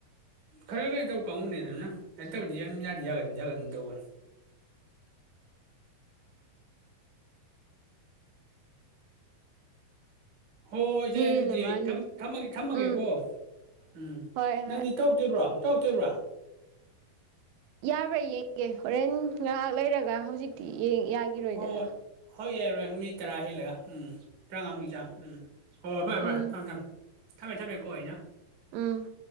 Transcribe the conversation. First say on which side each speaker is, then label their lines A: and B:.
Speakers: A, on the right; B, on the right.
A: ꯈꯔ ꯀꯩꯅꯣ ꯇꯧ ꯀꯥꯡꯉꯨꯅꯤꯗꯅ ꯅꯠꯇꯕꯨꯗꯤ ꯌꯥꯝ ꯌꯥꯗꯤ ꯌꯥꯒꯟꯅꯤ ꯌꯥꯒꯅꯤꯡ ꯇꯧꯕꯅꯤ ꯍꯣꯏꯁꯦ
B: ꯍꯦꯜꯂ
A: ꯑꯗꯨꯗꯤ
B: ꯃꯥꯜꯂꯦ
A: ꯑꯩ ꯊꯝ ꯊꯝꯃꯒꯦ ꯊꯝꯃꯒꯦꯀꯣ
B: ꯎꯝ
A: ꯎꯝ
B: ꯍꯣꯏ
A: ꯅꯪꯗꯤ
B: ꯍꯣꯏ
A: ꯇꯧꯗ꯭ꯔꯤꯕ꯭ꯔꯣ ꯇꯣꯛꯇ꯭ꯨꯔꯤꯕ꯭ꯔ
B: ꯌꯥꯕ꯭ꯔ ꯌꯦꯡꯒꯦ ꯍꯣꯔꯦꯟ ꯉꯥꯏꯍꯥꯛ ꯂꯩꯔꯒ ꯍꯧꯖꯤꯛꯇꯤ ꯌꯦꯡ ꯌꯥꯒꯤꯔꯣꯏꯗꯅ
A: ꯍꯣꯏ ꯍꯣꯏ ꯌꯥꯏꯔꯣꯏ ꯅꯨ ꯃꯤꯠ ꯇꯔꯥ ꯍꯦꯜꯂꯒ ꯎꯝ ꯇꯔꯥꯉꯥꯃꯨꯀꯤ ꯆꯥꯡ ꯎꯝ ꯑꯣ ꯐꯔꯦ
B: ꯎꯝ
A: ꯐꯔꯦ ꯊꯝꯃꯦ ꯊꯃꯦ ꯊꯃꯦ ꯀꯣ ꯑꯩꯅ
B: ꯎꯝ